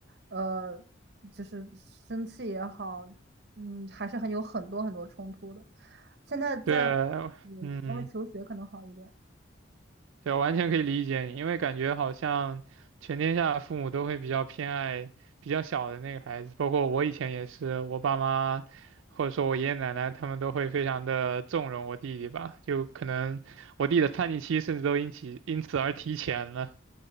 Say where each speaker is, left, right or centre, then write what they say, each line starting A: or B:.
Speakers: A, on the right; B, on the right.
A: 呃，就是生气也好，嗯，还是很有很多很多冲突的。现在在
B: 对，
A: 嗯国外求学可能好一点。
B: 嗯，对，完全可以理解你，因为感觉好像全天下的父母都会比较偏爱比较小的那个孩子，包括我以前也是，我爸妈或者说我爷爷奶奶他们都会非常的纵容我弟弟吧，就可能我弟的叛逆期甚至都因此因此而提前了。